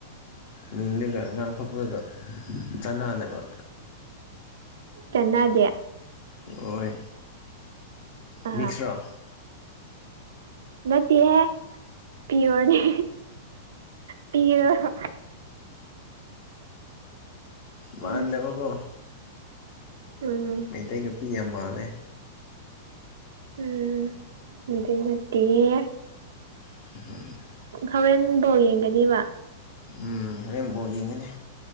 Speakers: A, on the left; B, on the right.
A: ꯃꯤꯡꯗꯨꯒ ꯉꯥꯡꯊꯣꯛꯄꯒ ꯆꯥꯟꯅꯗꯕ
B: ꯆꯥꯟꯅꯗꯦ
A: ꯍꯣꯏ
B: ꯑ
A: ꯃꯤꯛꯁꯔꯣ
B: ꯅꯠꯇꯦꯍꯦ ꯄꯤꯌꯣꫪꯅꯤ ꯄꯤꯌꯣꯔ
A: ꯃꯥꯟꯗꯕꯀꯣ
B: ꯎꯝ ꯎꯝ
A: ꯃꯩꯇꯩ ꯅꯨꯄꯤ ꯌꯥꯝ ꯃꯥꯜꯂꯦ
B: ꯎꯝ ꯃꯩꯇꯩ ꯅꯠꯇꯤꯌꯦ
A: <unintelligible>
B: ꯍꯧꯔꯦꯟ ꯕꯣꯟ ꯌꯦꯡꯒꯅꯤꯕ
A: ꯎꯝ ꯍꯣꯔꯦꯟ ꯕꯣꯟ ꯌꯦꯡꯒꯅꯦ